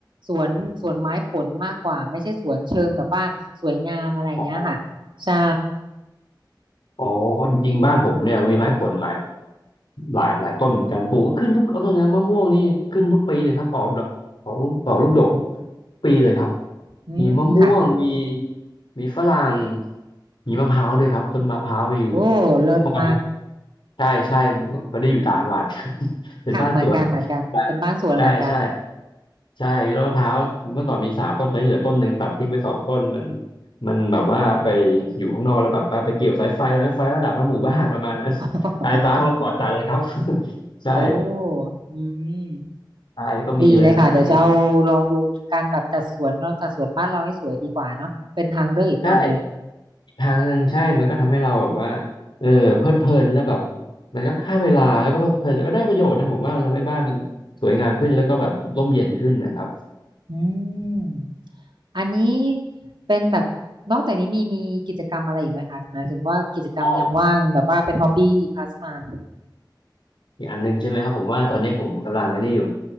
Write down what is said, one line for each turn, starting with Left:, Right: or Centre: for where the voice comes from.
Right: สวนสวนไม้ผลมากกว่าไม่ใช่สวนเชิงแบบว่าสวยงามอะไรเงี้ยค่ะใช่
Left: ของอ๋อจริงๆบ้านผมเนี่ยมีไม้ผลหลาย หลายหลายต้นเหมือนกันปลูกก็ขึ้นทุกต้นนะมะม่วงนี่ขึ้นทุกปีเลยครับออกดอกออกลูกออกลูกดกทุกปีเลยครับ
Right: อืมค่ะ
Left: มีมะม่วงมีมีฝรั่งมีมะพร้าวด้วยครับต้นมะพร้าวมีอยู่
Right: โอ้เลิศมาก
Left: เมื่อก่อนมีใช่ใช่พอได้อยู่ต่างจังหวัด <laughs> เป็นบ้านสวน
Right: ค่ะเหมือนกันเหมือนกันเป็นบ้านสวนเหมือนกัน
Left: ใช่ใช่ใช่ ใช่ต้นมะพร้าวเมื่อก่อนมีสามต้นตอนนี้เหลือต้นหนึ่งตัดทิ้งไปสองต้นมันมันแบบว่าไปอยู่ข้างนอกแล้วแบบว่าไปเกี่ยวสายไฟแล้วสายไฟก็ดับทั้งหมู่บ้านประมาณนั้น
Right: <laughs>
Left: สายฟ้ามันขอตัดเลยครับ <laughs> ใช่
Right: โอ้อืม
Left: ตายก็มีเลยนะไอ้
Right: ดีเลยค่ะเดี๋ยวจะเอาลองดูการแบบจัดสวนเราจัดสวนบ้านเราให้สวยดีกว่าเนาะเป็นทางเลือกอีกทางหนึ่ง
Left: ใช่อีกทางหนึ่งใช่มันก็ทำให้เราแบบว่าเออเพลิดเพลินแล้วแบบมันก็ฆ่าเวลาแล้วก็เพลิดเพลินแล้วก็ได้ประโยชน์นะผมว่ามันทำให้บ้านมันสวยงามขึ้นแล้วก็แบบร่มเย็นขึ้นนะครับ
Right: อืมอันนี้เป็นแบบนอกจากนี้มีมีกิจกรรมอะไรอีกไหมคะหมายถึงว่ากิจกรรมยามว่างแบบว่าเป็นฮอบบี้พาสไทม์
Left: อ๋อ อีกอันหนึงใช่ไหมครับผมว่าตอนนี้ผมกำลังอันนี้อยู่